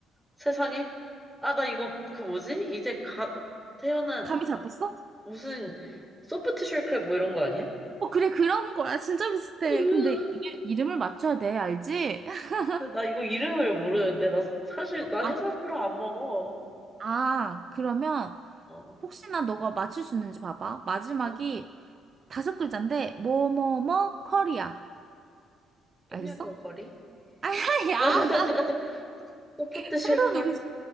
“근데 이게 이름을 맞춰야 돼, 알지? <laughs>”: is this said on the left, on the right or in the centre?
Right